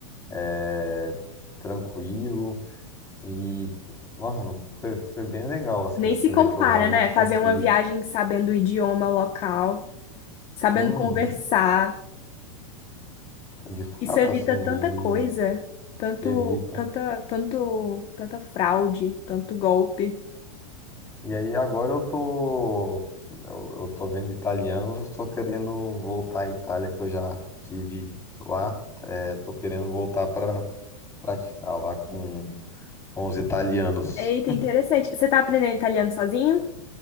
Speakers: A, on the left; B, on the left.
A: é, tranquilo e nossa, foi, foi bem legal
B: <laughs>
A: assim,
B: Nem
A: se
B: se compara,
A: ver que eu realmente
B: né? Fazer
A: consigo.
B: uma viagem sabendo o idioma local, sabendo
A: Uhum,
B: conversar.
A: de fato
B: Isso evita
A: assim,
B: tanta coisa, tanto,
A: e evita.
B: tanta, tanto, tanta fraude, tanto golpe.
A: E aí agora eu tô eu, eu tô vendo italianos, estou querendo voltar à Itália que eu já tive lá. É, tô querendo voltar pra praticar lá com, com os italianos.
B: Eita, interessante. Você tá aprendendo italiano sozinho?